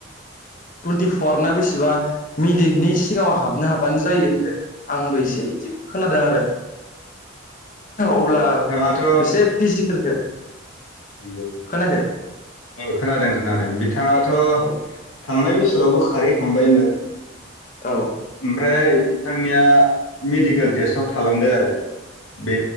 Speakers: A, on the left; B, on the left.
A: ुनटिफरनाा बेसेबा मिडटनि सिगाङाव हाबनो हाबानो जायो होनदों आंबो एसे बिदि था द आरो। अब्ला
B: बिथाङाथ'
A: एसे फिजिकेलखौ।
B: नंगौ
A: खोनायाखै
B: खोनादों खोनादों बिथाङाथ'
A: औ
B: थांनाय बोसोर। बसोरावबो खारैखांबायमोन।
A: औ
B: ओमफ्राय बिथांनिया मेडिकेल टेस्टाव थालांदों आरो। बे